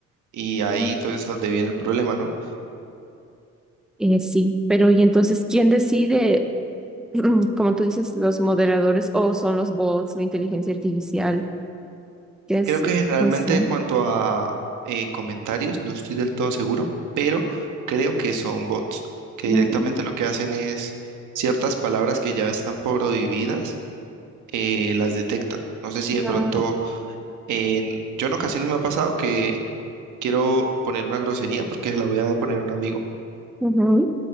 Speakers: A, on the right; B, in the centre.
A: y
B: mm.
A: ahí entonces es donde viene el problema, ¿no?
B: Eh, sí, pero y entonces, ¿quién decide, <clears throat> como tú dices, los moderadores o son los bots, la inteligencia artificial? Que es,
A: Creo que generalmente
B: no sé.
A: en cuanto a eh, comentarios, no estoy del todo seguro, pero creo que son bots, que
B: Mm,
A: directamente lo que hacen es ciertas palabras que ya están prohibidas, eh, las detectan. No sé si de pronto,
B: ah,
A: en, yo en ocasiones me ha pasado que quiero poner una grosería porque se la voy a poner a un amigo.
B: ujú,